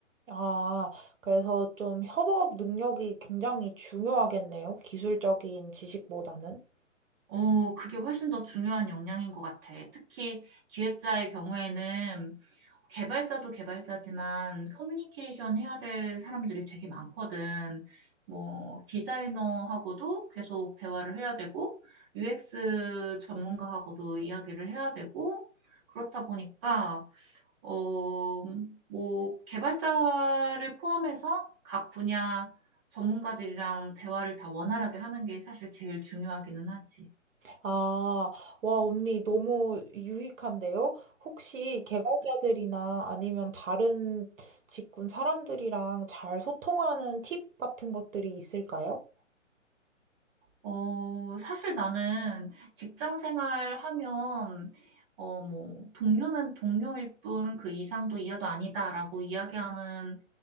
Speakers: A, on the right; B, on the right.
A: 아, 그래서 좀 협업 능력이 굉장히 중요하겠네요. 기술적인 지식보다는.
B: 어, 그게 훨씬 더 중요한 역량인 것 같아. 특히 기획자의 경우에는 개발자도 개발자지만 커뮤니케이션 해야 될 사람들이 되게 많거든. 뭐, 디자이너하고도 계속 대화를 해야 되고, UX 전문가하고도 이야기를 해야 되고, 그렇다 보니까, 어, 뭐, 개발자를 포함해서 각 분야 전문가들이랑 대화를 다 원활하게 하는 게 사실 제일 중요하기는 하지.
A: 아, 와, 언니, 너무 유익한데요? 혹시 개발자들이나 아니면 다른 직군 사람들이랑 잘 소통하는 팁 같은 것들이 있을까요?
B: 어, 사실 나는 직장 생활 하면, 어, 뭐, 동료는 동료일 뿐 그 이상도 이하도 아니다라고 이야기하는